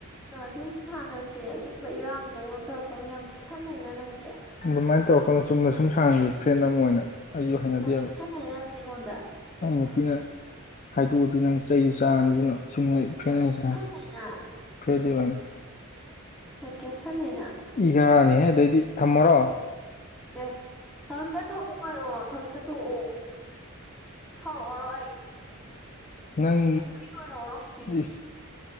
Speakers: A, in the centre; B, on the left (about 35°).
A: ꯑꯗꯨꯝ ꯁꯥꯟꯅꯁꯦ ꯑꯗꯨꯝꯕ ꯏꯔꯥꯡ ꯀꯩꯅꯣ ꯇꯧꯔꯛꯄꯅꯣ ꯌꯥꯝ ꯀꯦꯁꯟꯅꯩꯅ ꯅꯪꯗꯤ
B: ꯑꯗꯨꯃꯥꯏꯅ ꯇꯧꯔꯛꯀꯅꯨ ꯆꯨꯝꯅ ꯁꯨꯝ ꯁꯥꯁꯦ ꯐ꯭ꯔꯦꯟ ꯑꯃ ꯑꯣꯏꯅ ꯑꯩꯁꯨ ꯍꯩꯅꯗꯦꯕ
A: ꯌꯥꯝ ꯀꯦꯁꯥꯟꯅꯔꯦ ꯅꯪꯗꯤ ꯑꯩꯉꯣꯟꯗ
B: ꯑꯩ ꯅꯨꯄꯤꯅ ꯍꯥꯏꯗꯣꯛꯑꯗꯤ ꯅꯪ ꯆꯩ ꯆꯥꯔꯅꯤ ꯑꯗꯨꯅ ꯁꯨꯅꯩ ꯐꯔꯦꯟꯂꯤ
A: ꯌꯥꯝ
B: ꯑꯣꯏꯅ
A: ꯀꯦꯠꯁꯟꯅꯩꯅ
B: ꯁꯥꯅꯁꯦ ꯐꯔꯦꯟꯂꯤ ꯑꯣꯏꯅ
A: ꯌꯥꯝ ꯀꯦꯁꯥꯟꯅꯩꯅ
B: ꯏꯀꯥꯅꯤꯍꯦ ꯑꯗꯩꯗꯤ ꯊꯝꯃꯔꯣ
A: ꯑꯦ ꯊꯝꯅꯤꯡꯉꯥ‌ ꯊꯝꯃꯨ ꯀꯥꯏꯅ ꯊꯝꯅꯤꯗ ꯇꯣꯛꯑꯣ ꯁꯣꯔꯛꯑꯔꯣ ꯑꯩ
B: ꯅꯪ
A: ꯑꯩ ꯑꯦꯡꯒ꯭ꯔꯤ ꯑꯣꯏꯔꯛꯑꯔꯣꯏ ꯍꯧꯖꯤꯛ
B: ꯑꯁ